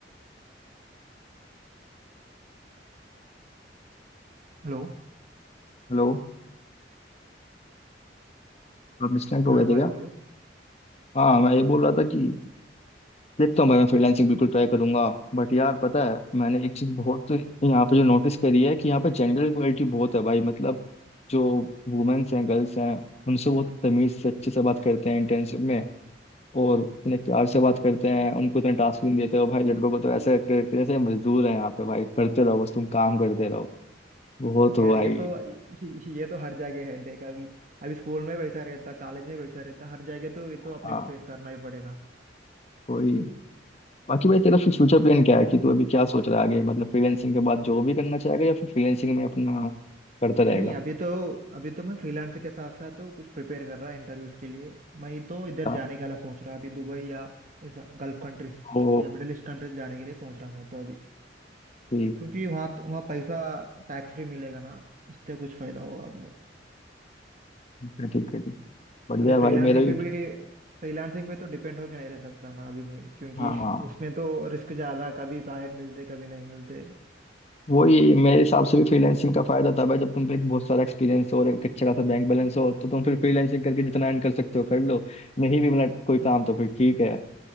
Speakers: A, on the right; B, on the left.
A: हेलो
B: हेलो आप डिस्कनेक्ट हो
A: हाँ
B: गए
A: भाई
B: थे क्या
A: बोलो
B: हाँ मैं ये बोल रहा था कि देखता हूँ भाई मैं फ्रीलांसिंग बिल्कुल ट्राई करूंगा बट यार पता है मैंने एक चीज बहुत यहाँ पे जो नोटिस करी है कि यहाँ पे जेंडर इक्वलिटी बहुत है भाई मतलब जो वुमेन्स हैं गर्ल्स हैं उनसे बहुत तमीज से अच्छे से बात करते हैं इंटर्नशिप में और इतने प्यार से बात करते हैं उनको इतने टास्क भी नहीं देते हो भाई लड़कों को तो ऐसे करते हैं जैसे मजदूर हैं यहाँ पे भाई करते रहो बस तुम काम करते रहो वो तो
A: यार
B: भाई
A: ये तो ये तो हर जगह है देख अभी अभी स्कूल में वैसा रहता कॉलेज में वैसा रहता हर जगह तो ये
B: हाँ
A: तो अपने को फेस करना ही पड़ेगा
B: कोई बाकी भाई तेरा फिर फ्यूचर प्लान क्या है कि तू अभी क्या सोच रहा है आगे मतलब फ्रीलैंसिंग के बाद जॉब भी करना चाहेगा या फिर फ्रीलैंसिंग में अपना करता रहेगा
A: नहीं अभी तो अभी तो मैं फ्रीलांस के साथ साथ तो कुछ प्रिपेयर कर रहा इंटरव्यूज के लिए मैं तो इधर
B: हाँ,
A: जाने का सोच रहा अभी दुबई या ऐसा गल्फ कंट्रीज
B: ओ
A: या मिडिल ईस्ट कंट्रीज जाने के लिए सोच रहा हूँ मैं तो अभी
B: ठीक
A: क्योंकि वहाँ वहाँ पैसा टैक्स फ्री मिलेगा ना उससे कुछ फायदा होगा आपको
B: ठीक है ठीक है ठीक बढ़िया
A: अभी
B: है
A: फ्रीलांसिंग
B: भाई मेरा भी
A: पे भी फ्रीलांसिंग पे तो डिपेंड होके नहीं रह सकता ना अभी मैं क्योंकि
B: हाँ हाँ,
A: <laughs> उसमें तो रिस्क ज्यादा कभी प्राइवेट मिलते कभी नहीं मिलते
B: वही मेरे हिसाब से भी फ्रीलैंसिंग का फायदा तब है जब तुम पे एक बहुत सारा एक्सपीरियंस हो और एक अच्छा खासा बैंक बैलेंस हो तो तुम फिर फ्रीलैंसिंग करके जितना अर्न कर सकते हो कर लो नहीं भी मिला कोई
A: हाँ
B: काम तो फिर ठीक है